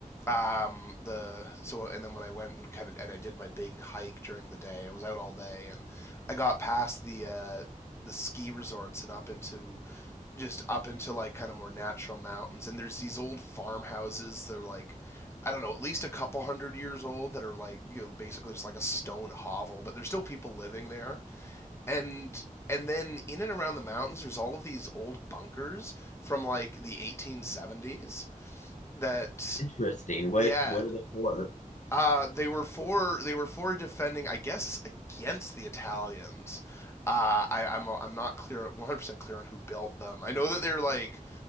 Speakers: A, on the left; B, on the left.
A: um, the so and then when I went and kind of and I did my big hike during the day, I was out all day, and I got past the uh, the ski resorts and up into just up into like kind of more natural mountains. And there's these old farmhouses. They're like I don't know, at least a couple hundred years old that are like you know, basically just like a stone hovel, but there's still people living there and and then in and around the mountains there's all of these old bunkers from like the 1870s that
B: Interesting. What
A: yeah
B: what are they for?
A: uh, they were for they were for defending i guess against the italians uh, I, I'm I'm not clear 100 percent clear on who built them. I know that they're like